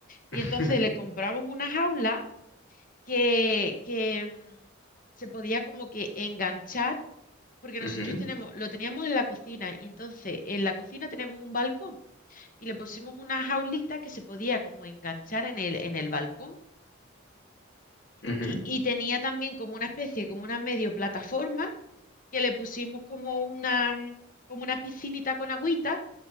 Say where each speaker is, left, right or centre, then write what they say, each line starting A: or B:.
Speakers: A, on the left; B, on the left.
A: Y
B: <laughs>
A: entonces le compramos una jaula que, que mm, se podía como que enganchar, porque nosotros
B: ujú,
A: tenemos, lo teníamos en la cocina, y entonces en la cocina tenemos un balcón y le pusimos una jaulita que se podía como enganchar en el, en el balcón
B: ujú,
A: y, y tenía también como una especie, como una medio plataforma que le pusimos como una, mm, como una piscinita con agüita